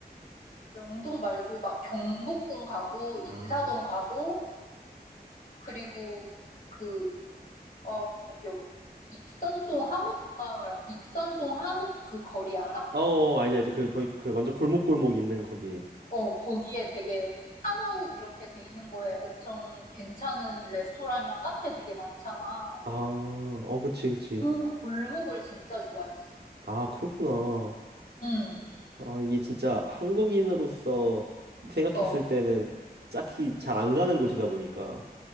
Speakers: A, on the left; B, on the right.
A: 명동 말고 막 경복궁 가고 인사동
B: 아,
A: 가고 그리고 그, 어, 거기 어- 익선동 한옥마을, 익선동 한옥 그 거리 알아?
B: 어, 아니, 아니, 그 거의 그 완전 골목골목 있는 거기.
A: 어, 거기에 되게 한옥 이렇게 돼 있는 거에 엄청 괜찮은 레스토랑이랑 카페 되게 많잖아.
B: 아, 어, 그치, 그치.
A: 그 골목을 진짜 좋아했어.
B: 아, 그렇구나.
A: 응,
B: 아, 이게 진짜 한국인으로서 생각했을
A: 어,
B: 때는 딱히 잘 안 가는 곳이다 보니까